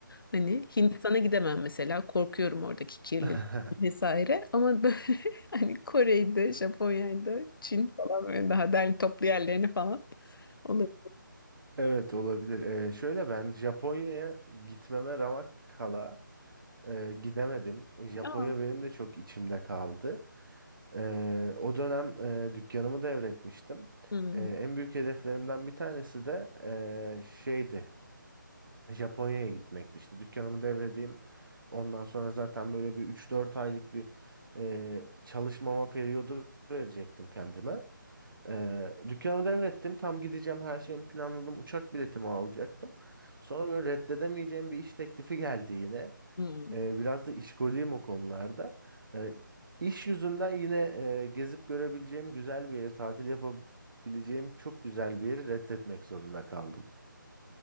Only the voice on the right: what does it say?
<laughs>
Evet olabilir. Ee, şöyle ben Japonya'ya gitmeme ramak kala e, gidemedim. Japonya
benim de çok içimde kaldı. Ee, o dönem e, dükkanımı devretmiştim.
Ee, en büyük hedeflerimden bir tanesi de e, şeydi. Japonya'ya gitmekti. İşte dükkanımı devredeyim. Ondan sonra zaten böyle bir üç dört aylık bir e, çalışmama periyodu verecektim kendime. E, dükkanımı devrettim. Tam gideceğim her şeyimi planladım. Uçak biletimi alacaktım. Sonra böyle reddedemeyeceğim bir iş teklifi geldi yine.
E, biraz da işkoliyim o konularda. E, iş yüzünden yine e, gezip görebileceğim güzel bir yeri, tatil yapabileceğim çok güzel bir yeri reddetmek zorunda kaldım.